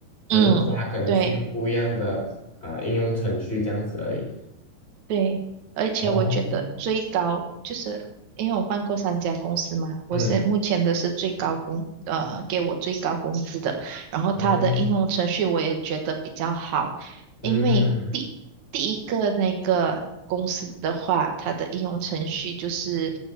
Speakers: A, on the left; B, on the right.
A: 只是说它可能是用不一样的呃应用程序这样子而已。
B: 嗯，对。对，而且我觉得最高就是因为我换过三家公司嘛，
A: 哦，
B: 我是目前的是最高工，
A: 嗯，
B: 呃，给我最高工资的。然后他的应用程序我也觉得比较好，
A: 哦嗯
B: 因为第第一个那个公司的话，它的应用程序就是